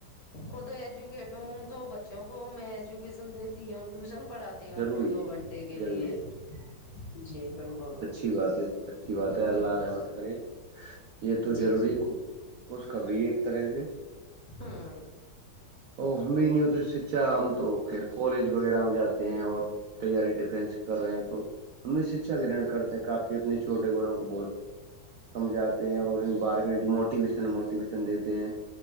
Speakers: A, on the left; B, on the right.
A: خود ایجوکیٹ ہوں تو بچوں کو میں ایجوکیشن دیتی ہوں ٹیوشن پڑھاتی ہ
B: ضروری
A: ان کو
B: ہے
A: دو گھنٹے کے لیے
B: ضروری ہے
A: جی بالکل
B: اچھی باتیں اچھی بات
A: ہوں
B: ہے اللہ رحمت کرے یہ تو
A: جی
B: ضروری
A: جی
B: خوش خبری ہے ایک طرح سے
A: ہاں
B: تو ہم بھی نہیں ہوتے شکچھا ہم تو خیر کالج وغیرہ میں جاتے ہیں اور تیاری <inaudible> کر رہے ہیں تو ہمیں شکچھا گرن کے کرتے ہیں کافی اپنے چھوٹے بڑوں کو بہت سمجھاتے ہیں اور ان بارے میں جو موٹ موٹیویشن موٹیویشن دیتے ہیں